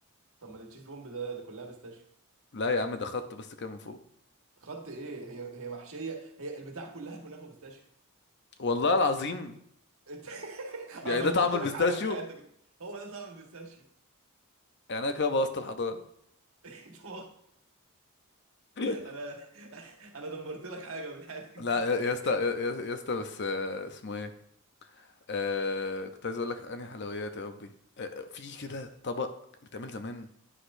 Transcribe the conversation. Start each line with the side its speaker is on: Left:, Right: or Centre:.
Right: طب ما التشيز بومب ده ده كلها بيستاشيو
Left: لا يا عم ده خط بس كده من فوق
Right: خط ايه هي هي محشيه هي البتاع كلها كنافه وبيستاشيو
Left: والله العظيم
Right: انت <laughs>
Left: يعني
Right: انا دمرت
Left: ده طعم البيستاشيو
Right: لك حاجه من حياتك هو ده طعم البيستاشيو
Left: يعني انا كده بوظت الحضاره
Right: <laughs> انت
Left: <laughs>
Right: انا انا دمرت لك حاجه من حياتك
Left: لا يا يا
Right: <laughs>
Left: اسطى يا يا- يا اسطى بس آه، اسمه ايه آه كنت عايز اقول لك انهي حلويات يا ربي آه في كده طبق بيتعمل زمان